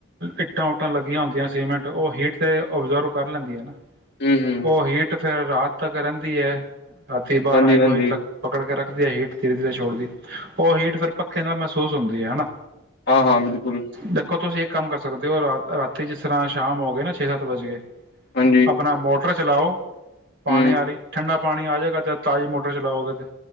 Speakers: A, on the right; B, on the left.
A: ਇੱਟਾਂ ਉੱਟਾਂ ਲੱਗੀਆਂ ਹੁੰਦੀਆਂ ਸੀਮੈਂਟ ਉਹ ਹੀਟ ਤੇ ਓਬਜ਼ਰਵ ਕਰ ਲੈਂਦੀ ਹੈ ਨਾ,
B: ਹੂੰ-ਹੂੰ,
A: ਉਹ ਹੀਟ ਫੇਰ, ਰਾਤ ਤਾਂ ਕਰਨ ਦੀ ਹੈ, ਰਾਤੀ ਬਾਰਾਂ
B: ਹਾਂਜੀ-ਹਾਂਜੀ,
A: ਇੱਕ ਵਜੇ ਤੱਕ ਪਕੜ ਕੇ ਰੱਖ। ਵਧੀਆ ਹੀਟ ਧੀਰੇ ਧੀਰੇ ਛੋੜਦੀ, ਉਹ ਹੀਟ ਫਿਰ ਪ ਮਹਿਸੂਸ ਹੁੰਦੀ ਹੈ ਹਨਾ।
B: ਹਾਂ ਹਾਂ ਬਿਲਕੁਲ,
A: ਦੇਖੋ ਤੁਸੀਂ ਇੱਕ ਕੰਮ ਕਰ ਸਕਦੇ ਹੋ ਰਾ ਰਾਤੀ ਜਿਸ ਤਰ੍ਹਾਂ ਸ਼ਾਮ ਹੋ ਗਏ ਨਾ ਛੇ ਸੱਤ ਵੱਜ ਗਏ।
B: ਹਾਂਜੀ।
A: ਆਪਣਾ ਮੋਟਰ, ਚਲਾਓ, ਪਾਣੀ
B: ਹੂੰ,
A: ਵਾਲੀ ਠੰਡਾ, ਪਾਣੀ ਆ ਜਾਏਗਾ ਤਾਜ਼ੀ ਮੋਟਰ ਚਲਾਓਗੇ ਤੇ,